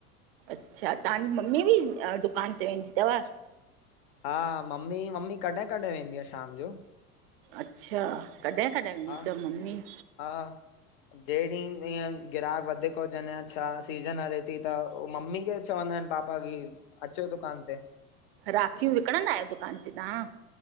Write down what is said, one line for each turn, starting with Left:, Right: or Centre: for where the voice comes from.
Right: अच्छा, तांजी मम्मी बि, दुकान ते वेंदी तव?
Left: हा मम्मी, मम्मी कॾहिं-कॾहिं वेंदी आ, ‌ शाम जो।
Right: अच्छा, कॾहिं-कॾहिं वेंदी
Left: हा
Right: तव मम्मी।
Left: हा, जे ॾींह ईंएं ग्राहक वधीक हुजनि या छा सीज़न हले थी त, मम्मी खे चवंदा आहिनि पापा, की, अचो दुकान ते।
Right: राखियूं विकिणंदा आयो दुकान ते तां?